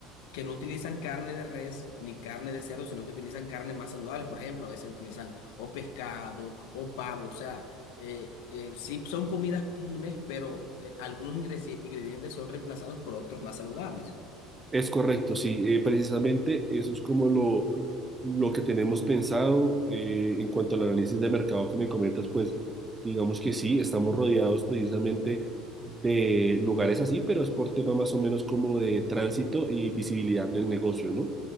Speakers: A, on the left (about 75°); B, on the right (about 20°).
A: que no utilizan carne de res ni carne de cerdo, sino que utilizan carnes más saludables. Por ejemplo, a veces utilizan o pescado o pavo. O sea, eh, eh, sí son comidas comunes, pero eh, algunos ingresi- ingredientes son reemplazados por otros más saludables.
B: Es correcto, sí. eh, precisamente eso es como lo, lo que tenemos pensado eh, en cuanto al análisis de mercado que me comentas, pues digamos que sí, estamos rodeados precisamente de lugares así, pero es por tema más o menos como de tránsito y visibilidad del negocio, ¿no?